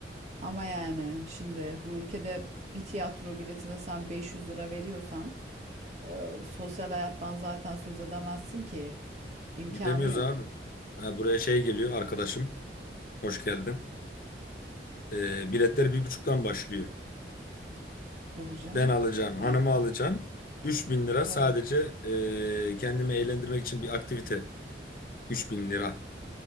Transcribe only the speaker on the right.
Ama yani şimdi bu ülkede bir tiyatro biletine sen 500 lira veriyorsan ee, sosyal hayattan zaten söz edemezsin ki. İmkanı
yok.
Tabii canım.
Ya
tabii.